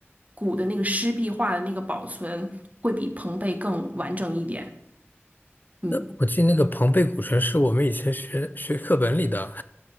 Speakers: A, on the right; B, on the left.
A: 古的那个湿壁画的那个保存会比庞贝更完整一点。嗯。
B: 那我记得那个庞贝古城是我们以前学学课本里的，